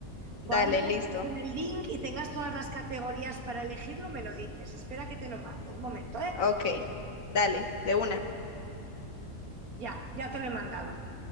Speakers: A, on the right (about 80°); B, on the left (about 70°).
A: Cuando
B: Dale, listo.
A: entres en el link y tengas todas las categorías para elegirlo, me lo dices. Espera que te lo mando. Un momento, ¿eh?
B: Ok, dale, de una.
A: Ya, ya te lo he mandado.